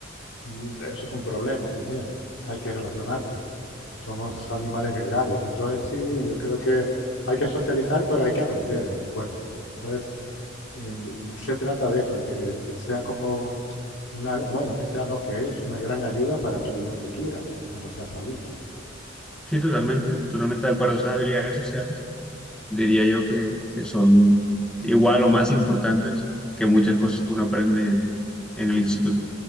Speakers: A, on the left; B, in the centre.
A: mm, eso es un problema también. Hay que relacionarte. Somos animales gregarios, entonces sí, yo creo que hay que socializar, pero hay que aprender en la escuela. Entonces eh, se trata de eso, de que sea como una, bueno, que sea no que es, una gran ayuda para tu vida futura cuando seas adulto.
B: Sí, totalmente, totalmente de acuerdo. Esas habilidades sociales diría yo que, que son igual o más importantes que muchas cosas que uno aprende en, en el instituto.